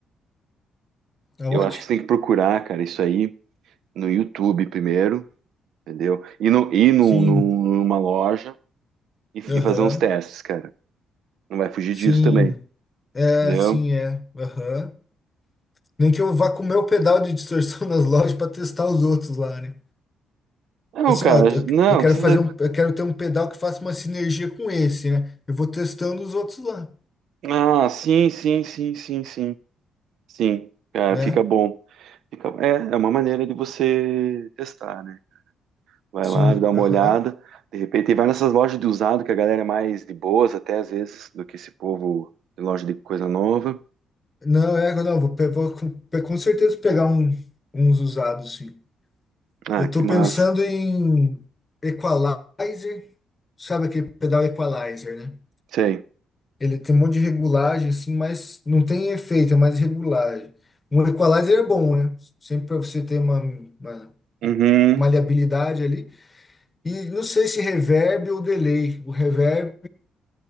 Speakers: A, on the left; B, on the right.
A: Aonde?
B: Eu acho que você tem que procurar, cara, isso aí no YouTube primeiro, entendeu? E no, ir no
A: Sim,
B: num- numa loja e, e
A: Aham.
B: fazer uns testes, cara. Não vai fugir
A: Sim.
B: disso também,
A: É,
B: entendeu?
A: sim, é. Aham. Nem que eu vá com o meu pedal de distorção <laughs> nas lojas para testar os outros lá, né?
B: Não,
A: Assim,
B: cara,
A: ó, eu,
B: não
A: eu quero
B: precisa.
A: fazer um, eu quero ter um pedal que faça uma sinergia com esse, né? Eu vou testando os outros lá,
B: Ah, sim, sim, sim, sim, sim. Sim, cara,
A: né?
B: fica bom. Fica- é, é uma maneira de você testar, né? Vai
A: Sim,
B: lá, dá uma
A: aham.
B: olhada, de repente, e vai nessas lojas de usado, que a galera é mais de boas até às vezes, do que esse povo de loja de coisa nova.
A: Não, é, não, vou, pe- vou com, pe- com certeza pegar um, uns usados, sim.
B: Ah,
A: Eu estou
B: que massa.
A: pensando em equalizer, sabe aquele pedal equalizer, né?
B: Sei.
A: Ele tem um monte de regulagem, assim, mas não tem efeito, é mais regulagem. Um equalizer é bom, né? Sempre para você ter uma, uma
B: Uhum.
A: maleabilidade ali. E não sei se reverb ou delay. O reverb